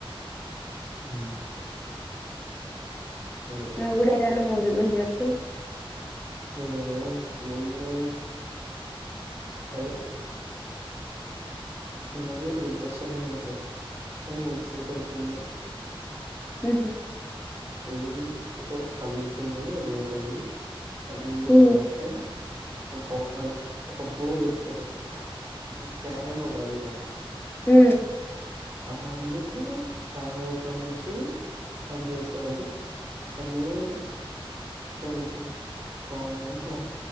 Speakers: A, on the right; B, on the left.
A: <unintelligible> అదే
B: నువు గుడా ఏదన్న మూవీ ను చెప్పు
A: అవున మొన్నా అదెక సినిమా పేరు గుర్తొస్తలే నాకు కానీ మంచిగుంటది సినిమా
B: మ్ హ్
A: ఏది ఒక తమిళ్ సినిమా ఏదో ఉంటది. అదేం చేస్తదంటే
B: ఉ
A: ఓ కో అద ఒక బోర్డు తెచ్చకుంటారు అది క్యారం బోర్డు అదే విధంగా
B: ఉ
A: ఆహా <inaudible> బోరు కాడ నుంచి హగ్ అంటే అది మీరు <inaudible> పోయినాక